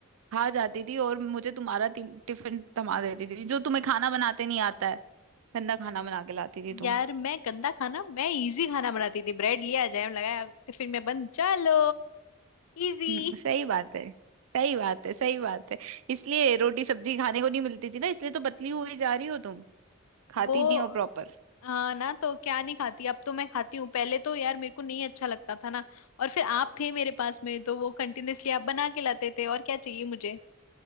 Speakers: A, on the right; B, on the left.
A: खा जाती थी और मुझे तुम्हारा टिम- टिफिन थमा देती थी जो तुम्हें खाना बनाते नहीं आता है गंदा खाना बना के लाती थी
B: यार
A: तुम
B: मैं गंदा खाना मैं इजी खाना बनाती थी ब्रेड लिया जैम लगाया टिफिन में बंद चलो इजी
A: हम्म, सही बात है सही बात है सही बात है इसलिए रोटी सब्जी खाने को नहीं मिलती थी ना इसलिए तो पतली हुई जा रही हो तुम
B: <laughs>
A: खाती
B: वो
A: नहीं हो प्रॉपर
B: हाँ ना तो क्या नहीं खाती अब तो मैं खाती हूँ पहले तो यार मेरे को नहीं अच्छा लगता था ना और फिर आप थे मेरे पास में तो वो कंटिन्यूअसली आप बना के लाते थे और क्या चाहिए मुझे